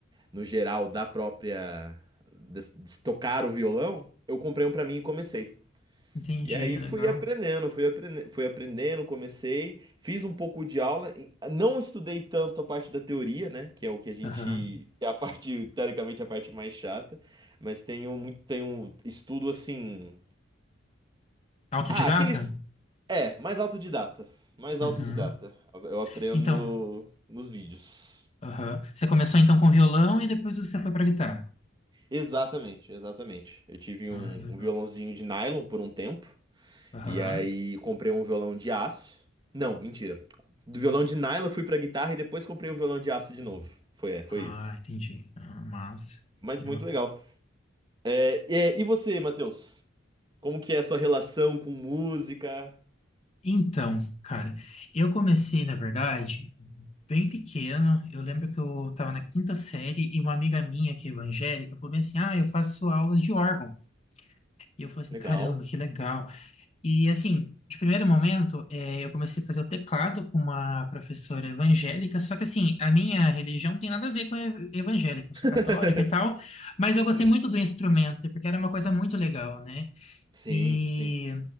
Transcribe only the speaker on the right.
no geral, da própria, de, de tocar o violão, eu comprei um pra mim e comecei.
E aí fui
aprendendo, fui aprendendo, fui aprendendo, comecei, fiz um pouco de aula, e não estudei tanto a parte da teoria, né, que é o que a gente,
é a <laughs> parte, teoricamente, a parte mais chata, mas tenho muito, tenho estudo assim
ah, aqueles. É, mais autodidata. Mais
autodidata. Eu aprendo
nos vídeos.
Exatamente, exatamente. Eu tive
um,
um violãozinho de nylon por um tempo.
E aí comprei um violão de aço. Não, mentira. Do violão de nylon eu fui pra guitarra e depois comprei um violão de aço de novo. Foi, é, foi
isso.
Mas
muito legal. É, é, e você, Matheus? Como que é a sua relação com música?
Legal.
<laughs>
Sim,
sim.
sim.